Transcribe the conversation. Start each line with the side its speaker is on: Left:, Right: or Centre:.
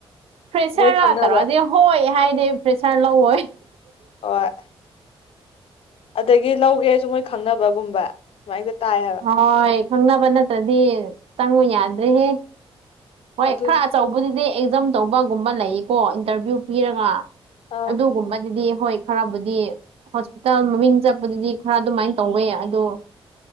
Right: ꯐ꯭ꯔꯦꯁꯔ
Left: ꯃꯣꯏ ꯈꯪꯅꯕ
Right: ꯔꯥ ꯇꯧꯔꯛꯑꯗꯤ ꯍꯣꯏ ꯍꯥꯏꯗꯤ ꯐ꯭ꯔꯦꯁꯔ ꯂꯧꯑꯣꯏ
Left: ꯍꯣꯏ ꯑꯗꯒꯤ ꯂꯧꯒꯦꯁꯨ ꯃꯣꯏ ꯈꯪꯅꯕꯒꯨꯝꯕ ꯁꯨꯃꯥꯏꯅ ꯇꯥꯏ ꯍꯥꯏꯕ
Right: ꯍꯣꯏ ꯈꯪꯅꯕ ꯅꯠꯇ꯭ꯔꯗꯤ ꯆꯪꯉꯨ ꯌꯥꯗ꯭ꯔꯦꯍꯦ ꯍꯣꯏ
Left: ꯑꯗꯨꯅꯤ
Right: ꯈꯔ ꯑꯆꯧꯕꯗꯨꯗꯤ ꯑꯦꯛꯖꯥꯝ ꯇꯧꯕꯒꯨꯝꯕ ꯂꯩꯀꯣ ꯏꯟꯇꯔꯚꯤꯌꯨ ꯄꯤꯔꯒ
Left: ꯑꯥ
Right: ꯑꯗꯨꯒꯨꯝꯕꯗꯨꯗꯤ ꯍꯣꯏ ꯈꯔꯕꯨꯗꯤ ꯍꯣꯁꯄꯤꯇꯥꯜ ꯃꯃꯤꯡ ꯆꯠꯄꯗꯨꯗꯤ ꯈꯔ ꯑꯗꯨꯃꯥꯏꯅ ꯇꯧꯋꯦ ꯑꯗꯣ